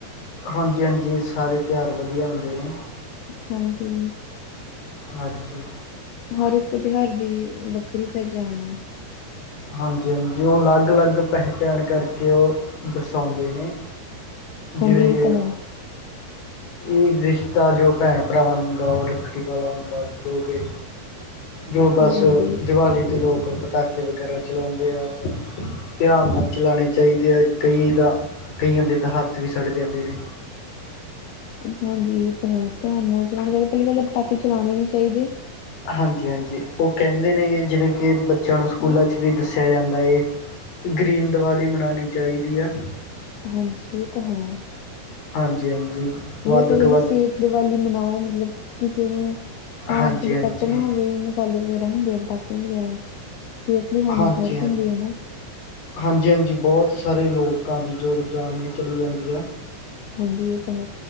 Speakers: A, on the left; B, on the left.
A: ਹਾਂਜੀ ਹਾਂਜੀ, ਸਾਰੇ ਤਿਉਹਾਰ ਵਧੀਆ ਹੁੰਦੇ ਨੇਂ।
B: ਹਾਂਜੀ।
A: ਹਾਂਜੀ।
B: ਹਰ ਇੱਕ ਤਿਉਹਾਰ ਦੀ ਵੱਖਰੀ ਪਹਿਚਾਣ ਆ।
A: ਹਾਂਜੀ ਹਾਂਜੀ ਉਹ ਅਲੱਗ ਅਲੱਗ ਪਹਿਚਾਣ ਕਰਕੇ ਉਹ ਦਰਸਾਉਂਦੇ ਨੇ। ਜਿਵੇਂ
B: ਹਾਂਜੀ
A: ਕੇ।
B: ਇਹ ਤਾਂ ਹੈ।
A: ਇਹ ਰਿਸ਼ਤਾ ਜੋ ਭੈਣ ਭਰਾਵਾਂ ਦਾ ਹੁੰਦਾ ਹੈ। ਉਹ ਰੱਖੜੀ ਵਾਲਾ ਹੁੰਦਾ ਜੋ ਕੇ। ਜੋ ਬਸ
B: ਹਾਂਜੀ।
A: ਦੀਵਾਲੀ ਦੇ ਲੋਕ ਪਟਾਕੇ ਵਗੈਰਾ। ਚਲਾਉਂਦੇ ਆ ਧਿਆਨ ਨਾਲ ਚਲਾਉਣੇ ਚਾਹੀਦੇ ਆ ਕਈ ਤਾਂ। ਕਈਆਂ ਦੇ ਤਾਂ ਹੱਥ ਵੀ ਸੜ ਜਾਂਦੇ ਨੇ।
B: ਹਾਂਜੀ ਇਹ ਤਾਂ ਹੈ। ਧਿਆਨ ਨਾਲ ਚਲਾਉਣੇ ਚਾਹੀਦਾ ਹੈ। ਪਹਿਲੀ ਗੱਲ ਤਾਂ ਪਟਾਕੇ ਚਲਾਉਣੇ ਨੀ ਚਾਹੀਦੇ।
A: ਹਾਂਜੀ ਹਾਂਜੀ ਉਹ ਕਹਿੰਦੇ ਨੇ ਜਿਵੇਂ ਕਿ ਬੱਚਿਆਂ ਨੂੰ ਸਕੂਲਾਂ
B: ਹੂੰ।
A: 'ਚ ਵੀ ਦੱਸਿਆ। ਦੱਸਿਆ ਜਾਂਦਾ ਹੈ। ਗਰੀਨ ਦਿਵਾਲੀ ਮਨਾਉਣੀ ਚਾਹੀਦੀ ਆ।
B: ਹਾਂਜੀ ਇਹ ਤਾਂ ਹੈ।
A: ਹਾਂਜੀ ਹਾਂਜੀ। ਵੱਧ
B: ਜਿਹੜੇ ਕਹੀ
A: ਤੋਂ ਵੱਧ
B: ਸੇਫ ਦੀਵਾਲੀ ਮਨਾਓ ਮਤਲਬ ਕਿਸੇ ਨੂੰ। ਹਾਂ
A: ਹਾਂਜੀ
B: ਫਿਰ ਇਫੈਕਟ
A: ਹਾਂਜੀ
B: ਨਾ ਹੋਵੇ ਉਹਨੂੰ। ਮਸਾਲੇ ਵਗੈਰਾ ਹੁੰਦੇ ਆ ਪਟਾਕੀਆਂ ਵਗੈਰਾ 'ਚ ਸਿਹਤ ਲਈ ਹਾਨੀਕਾਰਕ
A: ਹਾਂਜੀ ਹਾਂ
B: ਹੁੰਦੀ ਹੈ ਨਾ।
A: ਹਾਂਜੀ ਹਾਂਜੀ ਬਹੁਤ ਸਾਰੇ ਲੋਕਾਂ ਦੀ ਜੋ ਕਿ ਜਾਨ ਵੀ ਚਲੀ ਜਾਂਦੀ ਹੈ।
B: ਹਾਂਜੀ ਇਹ ਤਾਂ ਹੈ